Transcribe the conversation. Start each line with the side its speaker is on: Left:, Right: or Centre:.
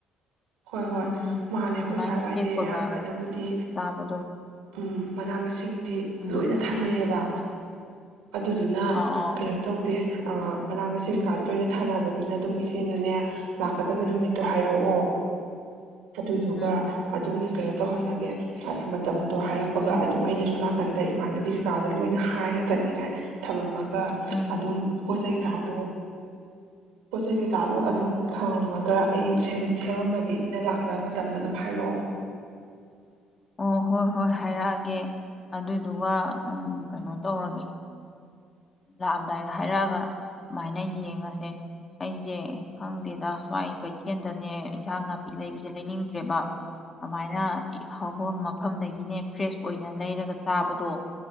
Right: ꯍꯣꯏ ꯍꯣꯏ
Left: ꯎꯝ
Right: ꯃꯥꯅꯦ ꯑꯩꯈꯣꯏ
Left: ꯑꯗꯨꯃꯥꯏꯅ
Right: ꯁꯥꯋꯥꯏꯗꯤ
Left: ꯍꯦꯛꯄꯒ
Right: ꯑꯌꯥꯝꯕꯅꯕꯨꯗꯤ
Left: ꯆꯥꯕꯗꯣ
Right: ꯎꯝ ꯃꯅꯥ ꯃꯁꯤꯡ ꯁꯤꯡꯗꯤ
Left: ꯎꯝ
Right: ꯂꯣꯏꯅ ꯊꯥꯅꯩꯌꯦꯕ ꯑꯗꯨꯗꯨꯅ
Left: ꯑꯥ ꯑꯥ
Right: ꯀꯩꯅꯣ ꯇꯧꯗꯦ ꯃꯅꯥ ꯃꯁꯤꯡ ꯀꯀꯥꯥꯁ ꯂꯣꯏꯅ ꯊꯥꯅꯕꯅꯤꯅ ꯑꯗꯨꯝ ꯏꯆꯦꯅꯅꯦ ꯂꯥꯛꯀꯗꯕ ꯅꯨꯃꯤꯠ ꯇꯣ ꯍꯥꯏꯔꯛꯑꯣ
Left: ꯎꯝ
Right: ꯑꯗꯨꯗꯨꯒ
Left: ꯎꯝ
Right: ꯑꯗꯨꯝ ꯀꯩꯅꯣ ꯇꯧꯍꯜꯂꯒꯦ ꯃꯇꯝ ꯑꯗꯣ ꯍꯥꯏꯔꯛꯄꯒ
Left: ꯎꯝ
Right: ꯑꯗꯨꯝ ꯑꯩꯅꯁꯨꯛ ꯅꯥꯀꯟꯗ ꯏꯃꯥꯟꯅꯕꯤ ꯀꯀꯥꯗ ꯂꯣꯏꯅ ꯍꯥꯏꯔꯒꯅꯤ ꯍꯥꯏ ꯊꯝꯃꯒ
Left: ꯎꯝ
Right: ꯑꯗꯨꯝ ꯀꯁꯥꯏ ꯀꯥꯗꯣ ꯄꯣꯠ ꯆꯩꯩ ꯀꯩꯀꯥꯗꯣ ꯑꯗꯨꯝ ꯊꯝꯝꯃꯒ ꯑꯩ ꯁꯦꯝꯃꯝꯃꯒꯦ ꯏꯆꯦ ꯂꯥꯛꯇꯕ ꯃꯇꯝꯗꯣ ꯑꯗꯨꯝ ꯍꯥꯏꯔꯛꯑꯣ
Left: ꯑꯣ ꯍꯣꯏ ꯍꯣꯏ ꯍꯥꯏꯔꯛꯑꯒꯦ ꯑꯗꯨꯗꯨꯒ ꯀꯩꯅꯣ ꯇꯧꯔꯒꯦ ꯂꯥꯛꯑꯝꯗꯥꯏꯗ ꯍꯥꯏꯔꯛꯑꯒ ꯑꯗꯨꯨꯃꯥꯏꯅ ꯌꯦꯡꯉꯁꯦ ꯑꯩꯁꯦ ꯈꯪꯗꯦꯗ ꯁ꯭ꯋꯥꯏ ꯀꯩꯊꯦꯜ ꯗꯅꯦ ꯏꯟꯁꯥꯡ ꯅꯥꯄꯤ ꯂꯩꯕꯁꯦ ꯂꯩꯅꯤꯡꯗ꯭ꯔꯦꯕ ꯑꯗꯨꯃꯥꯏꯅ ꯍꯧꯐꯝ ꯃꯐꯝꯗꯒꯤꯅꯦ ꯐ꯭ꯔꯦꯁ ꯑꯣꯏꯅ ꯂꯩꯔꯒ ꯆꯥꯕꯗꯣ